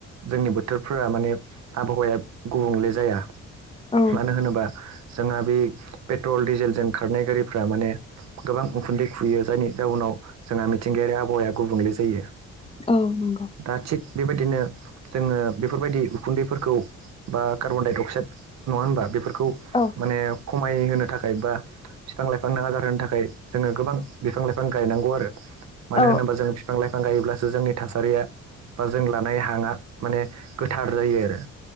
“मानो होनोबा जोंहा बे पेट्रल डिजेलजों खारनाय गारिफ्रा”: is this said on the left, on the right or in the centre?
Right